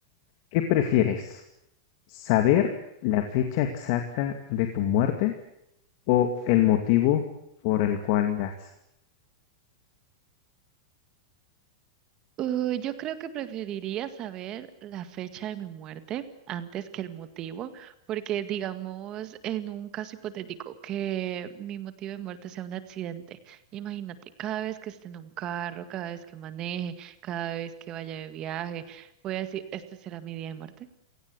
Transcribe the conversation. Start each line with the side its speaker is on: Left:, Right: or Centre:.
Left: ¿Qué prefieres? ¿Saber la fecha exacta de tu muerte o el motivo por el cual las...
Right: Uh, yo creo que preferiría saber la fecha de mi muerte antes que el motivo, porque digamos en un caso hipotético que mi motivo de muerte sea un accidente. Imagínate, cada vez que esté en un carro, cada vez que maneje, cada vez que vaya de viaje, voy a decir, este será mi día de muerte,